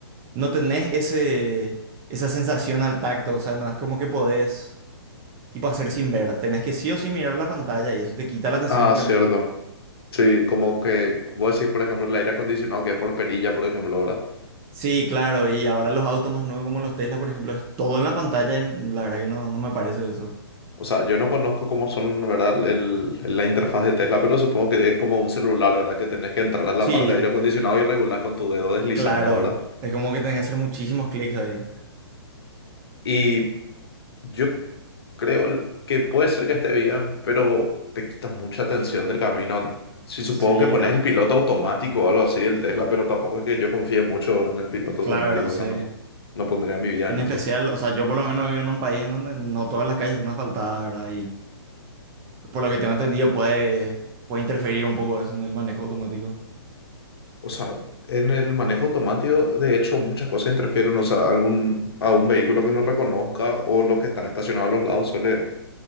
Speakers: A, on the right; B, on the left.
A: no tenés ese, esa sensación al tacto, o sea, no es como que podés, tipo, hacer sin ver, tenés que sí o sí mirar la pantalla y eso te quita la atención
B: Ah,
A: del camino.
B: cierto. Sí, como que vos decís, por ejemplo, el aire acondicionado que es por perilla, por ejemplo, ¿verdad?
A: Sí, claro, y ahora los autos más nuevos como los Tesla, por ejemplo, es todo en la pantalla y mm, la verdad que no, no me parece eso.
B: O sea, yo no conozco cómo son, ¿verdad? El, la interfaz de Tesla, pero supongo que es como un celular, ¿verdad? Que tenés que entrar a la
A: Sí,
B: parte de aire acondicionado y regular con tu dedo deslizando,
A: claro,
B: ¿verdad?
A: es como que tenés que hacer muchísimos clics ahí.
B: Y yo creo que puede ser que esté bien, pero te quitas mucha atención del camino. Si supongo
A: Sí,
B: que pones
A: a-
B: el piloto automático o algo así del Tesla, pero tampoco es que yo confíe mucho en el piloto
A: claro,
B: automático, o
A: sí.
B: sea, no, no pondría mi vida
A: En
B: en
A: especial,
B: eso.
A: o sea, yo por lo menos vivo en un país en donde no todas las calles están asfaltadas, ¿verdad? Y por lo que tengo entendido puede, puede interferir un poco eso en el manejo automático.
B: O sea, en el manejo automático, de hecho, muchas cosas interfieren. O sea, algún, a un vehículo que no reconozca o los que están estacionados a los lados suele